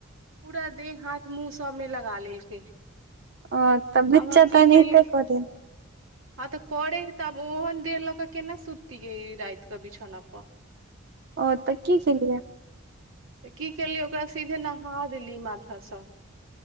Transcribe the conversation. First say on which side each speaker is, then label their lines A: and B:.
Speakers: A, on the right; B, on the right.
A: पुरा देह हाथ मुँह सब में लगा लेलकै
B: ओ तऽ बच्चा
A: आब हम की
B: तऽ ऐनाहिं
A: केली
B: ते करै
A: हँ तऽ करे ह तऽब ओहन देर लऽ क केना सुततीै राात कऽ बिछोना पर
B: और तऽ की केलियै?
A: तऽ की केलिी ओकरा सीधे नहा देली माथा सं।